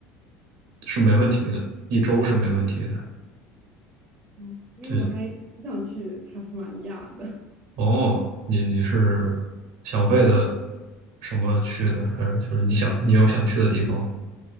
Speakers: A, on the right (about 75°); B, on the right (about 30°).
A: 是没问题的，一周是没问题的。
B: 嗯因为我还挺想去塔斯马尼亚的。
A: 就哦，你你是想为了什么去呢？还是就是你想你有想去的地方